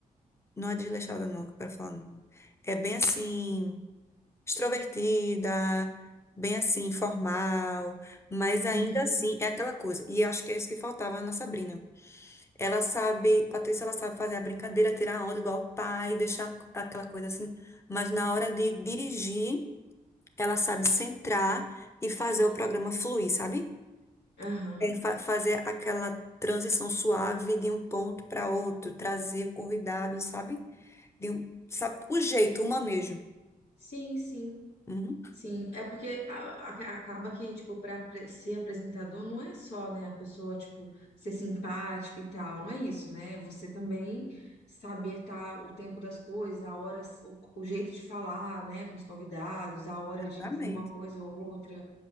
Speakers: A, on the left; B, on the left.
A: Não é desleixada, não, que eu quero falar, não. É bem assim. extrovertida, bem assim, formal, mas ainda
B: uhum,
A: assim é aquela coisa. E acho que é isso que faltava na Sabrina. Ela sabe, Patrícia, ela sabe fazer a brincadeira, tirar a onda igual o pai, deixar aquela coisa assim, mas na hora de dirigir, ela sabe centrar e fazer o programa fluir, sabe?
B: aham.
A: É fa- fazer aquela transição suave de um ponto para outro, trazer o convidado, sabe? De um, sabe? O jeito, o manejo.
B: Sim, sim,
A: Uhum.
B: sim. É porque a- a- acaba que, tipo, pra apre- ser apresentador não é só, né, a pessoa, tipo, ser simpático e tal. Não é isso, né? Você também saber tá, o tempo das coisas, a hora, o, o jeito de falar, né, com os convidados, a hora
A: Exatamente.
B: de vir uma coisa ou outra.